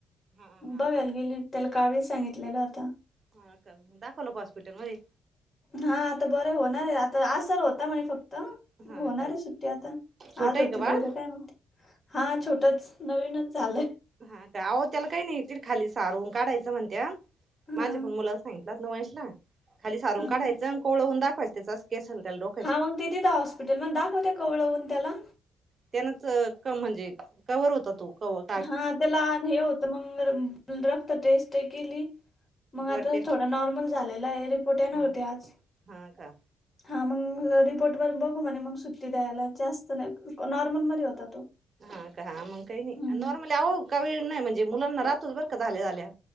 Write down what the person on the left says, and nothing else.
बघाला
गेली त्याला काविळ सांगितलेलं होतं.
हा आता बरं होणार आहे आता आसर होता म्हणे फक्त.
होणार
आहे सुट्टी आता
आज होती
का उद्या काय माहिती. हा छोटंच नवीनच झाचालंय.
हा
हा
हा मग तिथं हॉस्पिटल मग दाखवते कोवळ ऊन त्याला.
हा त्याला हे होत मग रक्त टेस्ट केली. मग
आता
थोडा नॉर्मल झालेला आहे रिपोर्ट येणार
होते आज.
हा मग रिपोर्टवर बघू म्हणे मग सुट्टी द्यायला जास्त नॉर्मलमध्ये होता तो.
हं.